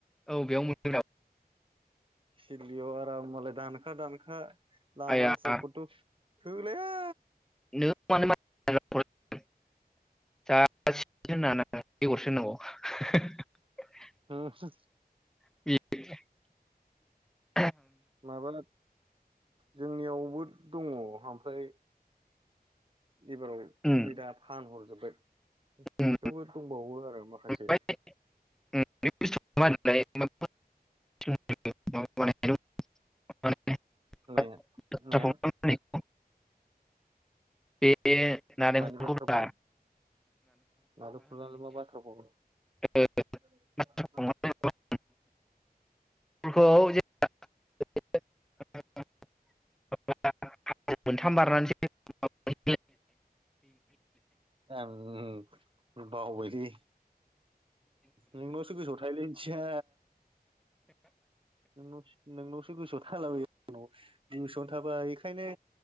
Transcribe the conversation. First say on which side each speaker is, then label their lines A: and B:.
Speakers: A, in the centre; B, on the right (about 35°).
A: औ बेयाव मोनगोन
B: सदलियाव आराम मालाय दानखा दानखा <unintelligible>
A: आया
B: थोलाया
A: <inaudible> <unintelligible>
B: <unintelligible>
A: <unintelligible>
B: माबा जोंनियावबो दङ ओमफ्राय एबाराव
A: उम
B: नै दा फानहरजोब <inaudible> थेवबो
A: उम
B: दंबावो आरो माखासे
A: ओमफ्राय <unintelligible> <unintelligible>
B: माया माया
A: बे नालेंखला
B: मानि बाथ्रा भाव <unintelligible> <inaudible>
A: ओ नारेंखलखौ <unintelligible>
B: आं बावबाय लै नोंनावसो गोसोआव थायो लै इदिया नोंनाव सो नोंनावसो गोसोआव थालाबायो <unintelligible> गोसोआवनो थाबा बेखायनो